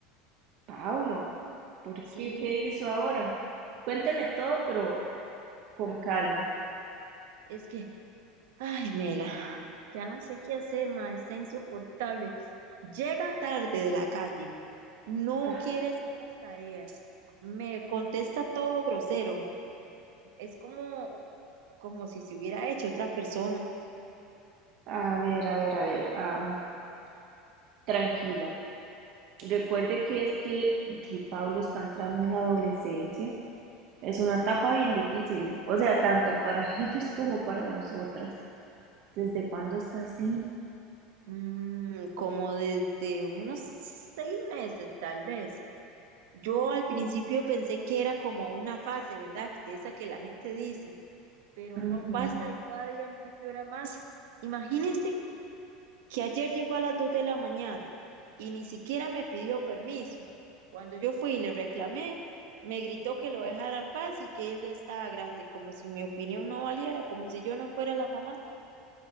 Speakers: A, on the right (about 55°); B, on the right (about 80°).
A: Pablo, ¿por
B: Sí,
A: qué? ¿Qué hizo ahora? Cuénteme todo, pero con calma.
B: es que, ay, Mela, ya no sé qué hacer, ma, está insoportable. Llega tarde de la calle, no
A: Ah,
B: quiere hacer las tareas, me contesta todo grosero. Es como, como si se hubiera hecho otra persona.
A: A ver, a ver, a ver, am, tranquila. Recuerde que es que de Pablo está entrando en la adolescencia. Es una etapa bien difícil, o sea, tanto para <laughs> ellos como para nosotras. ¿Desde cuándo está así?
B: Mm, como desde unos seis meses, tal vez. Yo al principio pensé que era como una fase, ¿verdad? Que De esa que la gente dice, pero
A: Ujú.
B: no pasa y cada día empeora más. Imagínese que ayer llegó a las 2 de la mañana y ni siquiera me pidió permiso. Cuando yo fui y le reclamé, me gritó que lo dejara en paz y que él ya estaba grande, como si mi opinión no valiera, como si yo no fuera la mamá.